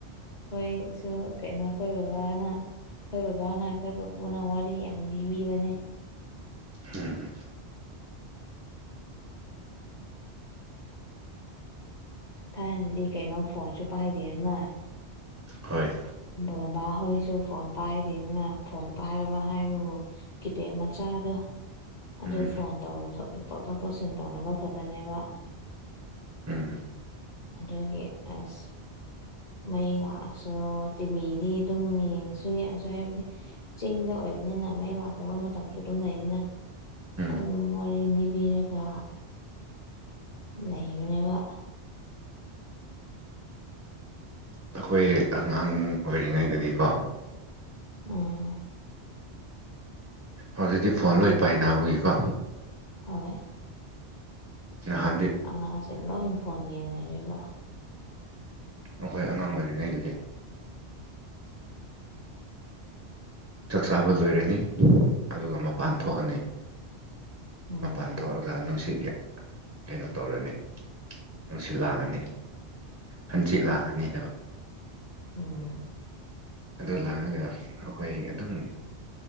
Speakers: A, on the left; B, on the right.
A: ꯑꯩꯈꯣꯏꯁꯨ ꯀꯩꯅꯣ ꯑꯩꯈꯣꯏ ꯕꯕꯥꯅ ꯑꯩꯈꯣꯏ ꯕꯕꯥꯅ ꯑꯩꯈꯣꯏ ꯄꯨꯄꯨꯅ ꯋꯥꯔꯤ ꯌꯥꯝ ꯂꯤꯕꯤꯕꯅꯦ
B: ꯎꯝ
A: ꯊꯥꯏꯅꯗꯤ ꯀꯩꯅꯣ ꯐꯣꯟꯁꯨ ꯄꯥꯏꯗꯦꯗꯅ
B: ꯍꯣꯏ
A: ꯕꯕꯥꯍꯣꯏꯁꯨ ꯐꯣꯟ ꯄꯥꯏꯗꯦꯅꯤꯅ ꯐꯣꯟ ꯄꯥꯏꯔꯕ ꯍꯥꯏꯕꯕꯨ ꯀꯤꯄꯦ ꯃꯆꯥꯗꯣ ꯑꯗꯨ
B: ꯎꯝ
A: ꯐꯣꯟꯧ ꯇꯣꯊꯣꯛ ꯇꯧꯁꯤꯟ ꯇꯧꯅꯕ ꯈꯛꯇꯅꯦꯕ
B: ꯎꯝ
A: ꯑꯗꯨꯒꯤ ꯑꯁ ꯃꯩ ꯂꯥꯛꯑꯁꯨ ꯇꯤꯚꯤꯗꯤ ꯑꯗꯨꯝ ꯌꯦꯡꯁꯨ ꯌꯦꯡꯉꯁꯨ ꯍꯥꯏꯕꯗꯤ ꯆꯤꯡꯗ ꯑꯣꯏꯕꯅꯤꯅ ꯃꯩ ꯂꯥꯛꯇꯕ ꯃꯇꯝꯁꯨ ꯑꯗꯨꯝ ꯂꯩꯗꯅ
B: ꯎꯝ
A: ꯑꯗꯨꯝ ꯋꯥꯔꯤ ꯂꯤꯅꯤꯕꯤꯔꯒ ꯂꯩꯕꯅꯦꯕ
B: ꯑꯩꯈꯣꯏ ꯑꯉꯥꯡ ꯑꯣꯏꯔꯤꯉꯩꯗꯗꯤꯀꯣ
A: ꯎꯝ
B: ꯍꯧꯖꯤꯛꯇꯤ ꯐꯣꯟ ꯂꯣꯏ ꯄꯥꯏꯅꯕꯒꯤꯀꯣ
A: ꯍꯣꯏ
B: ꯍꯥꯟꯗꯤ
A: ꯑꯉꯥꯡꯁꯦ ꯂꯣꯏ ꯐꯣꯟ ꯌꯦꯡꯅꯔꯦꯕ
B: ꯑꯩꯈꯣꯏ ꯑꯉꯥꯡ ꯑꯣꯏꯔꯤꯉꯩꯗꯞ ꯆꯥꯛ ꯆꯥꯕ ꯂꯣꯏꯔꯅꯤ ꯑꯗꯨꯒ ꯃꯄꯥꯟ ꯊꯣꯛꯑꯅꯤ
A: ꯎꯝ
B: ꯃꯄꯥꯟ ꯊꯣꯛꯧꯔꯒ ꯅꯨꯡꯁꯤꯠ ꯌꯥ ꯀꯩꯅꯣ ꯇꯧꯔꯅꯤ ꯅꯨꯡꯁꯤꯠ ꯂꯥꯡꯉꯅꯤ ꯍꯟꯆꯤꯠ ꯂꯥꯡꯉꯅꯤ ꯍꯥꯏꯕ
A: ꯎꯝ
B: ꯑꯗꯨ ꯂꯥꯛꯑꯒ ꯑꯩꯈꯣꯏ ꯑꯗꯨꯝ